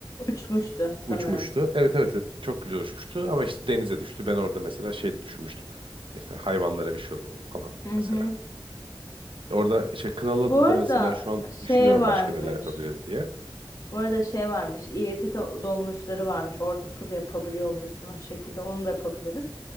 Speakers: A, on the left (about 40°); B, on the right (about 80°).
A: Uçmuştu sanırım.
B: Uçmuştu. Evet evet evet, çok güzel uçmuştu ama işte denize düştü. Ben orada mesela şey düşünmüştüm. İşte hayvanlara bir şey olur mu falan diye
A: Hı
B: mesela.
A: hı.
B: Orada şey Kınalıada
A: Bu arada
B: da mesela şu an
A: şey
B: düşünüyorum
A: varmış.
B: başka neler yapabiliriz diye.
A: Bu arada şey varmış, İETT dolmuşları varmış. Orada tur yapabiliyormuşsun o şekilde. Onu da yapabiliriz.